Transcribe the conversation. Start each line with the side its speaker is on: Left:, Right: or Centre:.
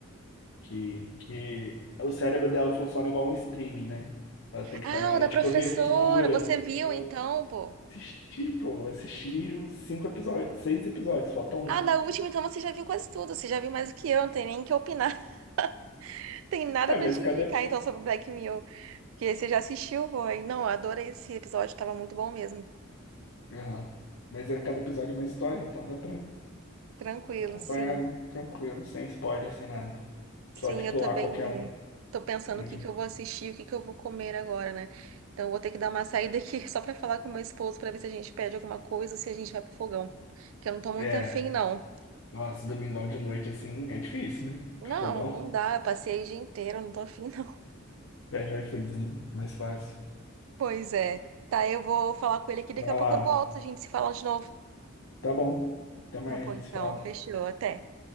Left: que, que o cérebro dela funciona igual um streaming, né? Ela tem que
Right: Ah,
Left: estar na área
Right: o da
Left: de
Right: professora.
Left: cobertura.
Right: Você viu
Left: É,
Right: então, pô?
Left: assisti, pô, assisti os cinco episódios, seis episódios, falta um.
Right: Ah, da última, então você já viu quase tudo. Você já viu mais do que eu, não tem nem o que opinar. <laughs> Tem nada
Left: É,
Right: pra
Left: mas
Right: te
Left: cada.
Right: indicar, então, sobre Black Mirror. Que você já assistiu, foi. Não, eu adorei esse episódio, tava muito bom mesmo.
Left: Aham. Mas é cada episódio é uma história, então dá pra
Right: Tranquilo,
Left: acompanhar
Right: sim.
Left: tranquilo, sem spoiler, sem nada.
Right: Sim,
Left: Só de pular
Right: eu também
Left: qualquer um.
Right: tô pensando
Left: É mais
Right: o que
Left: de boa.
Right: que eu vou assistir, o que que eu vou comer agora, né? Então, eu vou ter que dar uma saída aqui <laughs> só pra falar com meu esposo pra ver se a gente pede alguma coisa ou se a gente vai pro fogão. Que eu não tô muito
Left: É,
Right: afim, não.
Left: Nossa, domingão de noite, assim, é difícil, né?
Right: Não,
Left: Pro Fogão.
Right: não dá. Eu passei o dia inteiro, eu não tô afim, <laughs> não.
Left: Pede o iFoodzinho, mais fácil.
Right: Pois é. Tá, eu vou falar com ele aqui,
Left: Vai
Right: daqui a pouco
Left: lá.
Right: eu volto, a gente se fala de novo.
Left: Tá bom. Até mais,
Right: Tá bom,
Left: a gente
Right: então.
Left: se fala.
Right: Fechou. Até.